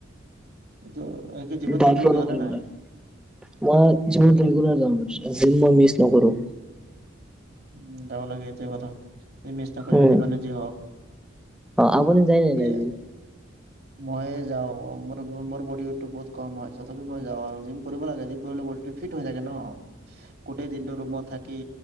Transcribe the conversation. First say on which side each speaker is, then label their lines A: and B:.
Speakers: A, on the right; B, in the centre.
A: এইটো এইটো জিমত
B: দা
A: ৰেগুলাৰ
B: ফল
A: যোৱা
B: কৰিবলৈ,
A: নে নাই?
B: মই যিমত ৰেগুলাৰ যাওঁ। জিম ম মিছ নকৰো
A: উ যাব লাগেতিয়া কথা স মেচ ন কৰিব
B: উম
A: যিিবমান যি হওক
B: অ আপুনি যায় নে নাই
A: এয়া
B: জিম?
A: মই যাওঁ মোৰ মোৰ বডি ৱট টো বহুত কম হয় তথাপি মই যাওঁ আৰু জিম লাগে জিম ফি হৈ থাকে ন গোটেই দিনটো ৰৰুমত থাকি